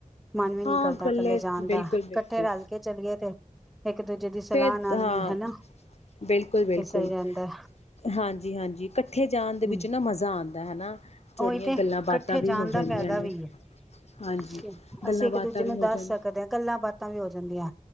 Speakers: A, in the centre; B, on the left.
A: ਮਨ ਵੀ
B: ਹਾਂ
A: ਨਹੀ ਕਰਦਾ
B: ਗੱਲੇ
A: ਇਕੱਲੇ ਜਾਣ
B: ਬਿਲਕੁਲ
A: ਦਾ ਇਕੱਠੇ
B: ਬਿਲਕੁਲ
A: ਰਲ ਕੇ ਚਲੀਏ ਤੇ ਇੱਕ ਦੂਜੇ ਦੀ ਸਲਾਹ
B: ਫੇਰ
A: ਨਾਲ
B: ਹਾਂ
A: ਵੀ ਹਨਾ
B: ਬਿਲਕੁਲ ਬਿਲਕੁਲ
A: ਤੇ ਸਹੀ ਰਹਿੰਦਾ
B: ਹਾਂਜੀ ਹਾਂਜੀ ਇਕੱਠੇ ਜਾਣ
A: ਹੂੰ
B: ਦੇ ਵਿੱਚ ਨਾ ਮਜ਼ਾ ਆਉਂਦਾ ਹਨਾ ਥੋੜੀਆਂ
A: ਉਹੀ ਤੇ ਇਕੱਠੇ
B: ਗੱਲਾਂ ਬਾਤਾਂ ਵੀ
A: ਜਾਣ
B: ਹੋ
A: ਦਾ
B: ਜਾਂਦੀਆਂ
A: ਫਾਇਦਾ
B: ਨੇ
A: ਵੀ
B: ਹਾਂਜੀ
A: ਹੈ
B: ਗੱਲਾਂ
A: ਅਸੀਂ ਇੱਕ
B: ਬਾਤਾਂ
A: ਦੂਜੇ
B: ਵੀ
A: ਨੂੰ
B: ਹੋ
A: ਦੱਸ
B: ਜਾਂਣ
A: ਸਕਦੇ ਹਾਂ ਗੱਲਾਂ ਬਾਤਾਂ ਵੀ ਹੋ ਜਾਂਦੀਆਂ